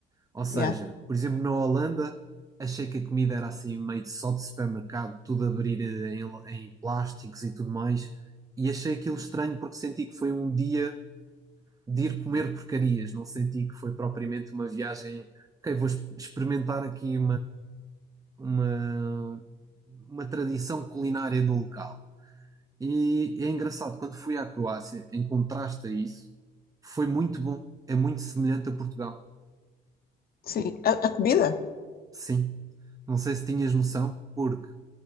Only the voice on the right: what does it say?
Ou seja,
por exemplo, na Holanda, achei que a comida era assim meio de só de supermercado, tudo a abrir em, em plásticos e tudo mais. E achei aquilo estranho porque senti que foi um dia de ir comer porcarias, não senti que foi propriamente uma viagem. Ok, vou ex- experimentar aqui uma, uma tradição culinária do local. E é engraçado, quando fui à Croácia, em contraste a isso, foi muito bom. É muito semelhante a Portugal.
Sim. Não sei se tinhas noção, porque